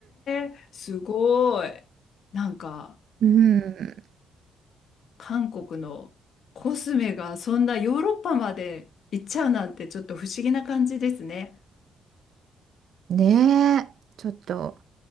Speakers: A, on the left; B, on the right.
A: え、すごい。なんか、
B: うん
A: 韓国のコスメがそんなヨーロッパまで行っちゃうなんてちょっと不思議な感じですね。
B: ねえちょっと